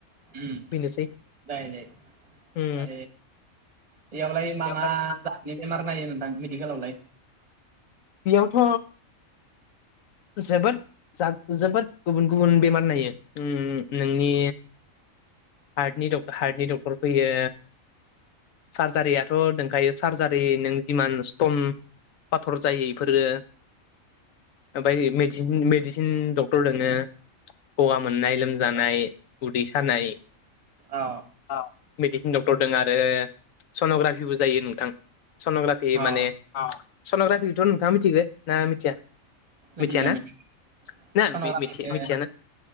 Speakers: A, on the right; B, on the left.
A: जायो
B: बेनोसै
A: जायो
B: उम
A: आ बेयावलाय मा
B: बेयावथ'
A: मा जादनि बेमार नायो नोंथां मेडिकेलावलाय
B: बेयावथ' जोबोद जोबोद गुबुन गुबुन बेमार नायो नोंनि हार्टनि डक हार्टनि डक्टर फैयो सार्जारियाथ' दंखायो सार्जारि नों जिमान स्टन पाथर जायो बेफोरो ओमफ्राय मेडिसिन डक्टर दोङो गगा मोननाय लोमजानाय उदै सानाय
A: अ
B: औ मेडिसिन डक्टर दं आरो सन'ग्राफिबो जायो नोंथां सन'ग्राफि
A: अ
B: माने औ सन'ग्राफिखौथ' नोंथाङा मिथिगौ ना मिथिया
A: मिथिगो
B: मिथिया ना
A: मिथिगो
B: ना
A: सन'ग्राफिखो
B: मि मिथि मिथियाना